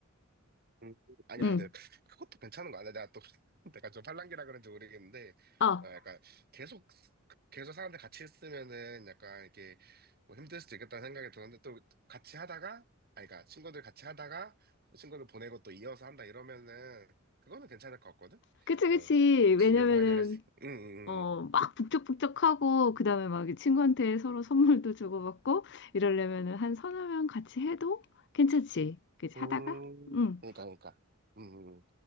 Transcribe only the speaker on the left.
응.
어,
그치, 그치.
왜냐면은,
어,
막 북적북적하고, 그 다음에 막 친구한테 서로 선물도 주고받고, 이러려면은 한 서너 명 같이 해도 괜찮지. 그치,
하다가? 응.